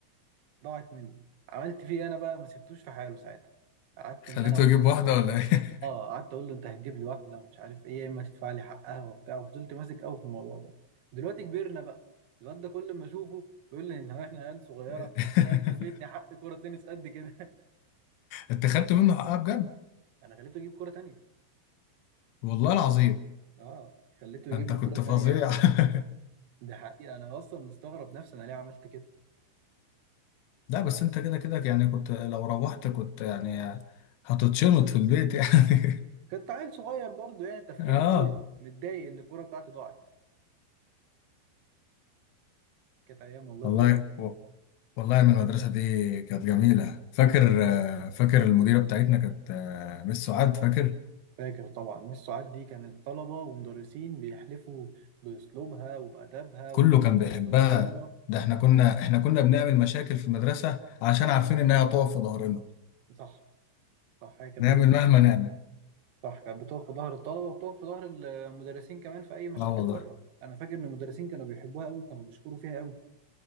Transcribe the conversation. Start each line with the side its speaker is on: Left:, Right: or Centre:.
Right: ضاعت منه عملت فيه إيه انا بقى ما سبتوش في حاله ساعتها قعدت
Left: خليته
Right: ان انا اقول
Left: يجيب واحدة ولا ايه
Right: اه قعدت اقول له انت هتجيب لي واحدة ومش عارف ايه يا اما تدفع لي حقها وبتاع وفضلت ماسك قوي في الموضوع ده دلوقتي كبرنا بقى الواد ده كل ما اشوفه بيقول لي ان هو احنا عيال صغيرة
Left: <laughs>
Right: خدت مني حق كرة تنس قد كده
Left: انت خدت منه حقها بجد
Right: <laughs> انا خليته يجيب كرة تانية
Left: والله العظيم
Right: اه خليته يجيب
Left: انت
Right: لي
Left: كنت
Right: كرة
Left: فظيع
Right: تانية
Left: <laughs>
Right: ده حقيقة أنا أصلا مستغرب نفسي أنا ليه عملت كده
Left: لا بس انت كده كده يعني كنت لو روحت كنت يعني هتتشنط في البيت يعني
Right: كنت عيل صغير برضه يعني
Left: <laughs>
Right: تفكيري
Left: اه
Right: صغير متضايق إن الكورة بتاعتي ضاعت كانت أيام والله
Left: والله
Right: كلها جميلة
Left: والله من المدرسة دي كانت جميلة فاكر آه، فاكر المديرة بتاعتنا كانت آه، مس سعاد فاكر
Right: فاكر طبعا مس سعاد دي كانت طلبة ومدرسين بيحلفوا بأسلوبها وبأدبها
Left: كله
Right: وبطريقتها
Left: كان بيحبها
Right: في الإدارة
Left: ده احنا كنا احنا كنا بنعمل مشاكل في المدرسة عشان عارفين انها هتقف في ظهرنا
Right: صح صح هي كانت
Left: نعمل
Right: بتقف
Left: مهما نعمل
Right: صح كانت بتقف في ظهر الطلبة وبتقف في ظهر المدرسين كمان في أي مشاكل
Left: اه والله
Right: بره أنا فاكر إن المدرسين كانوا بيحبوها أوي وكانوا بيشكروا فيها أوي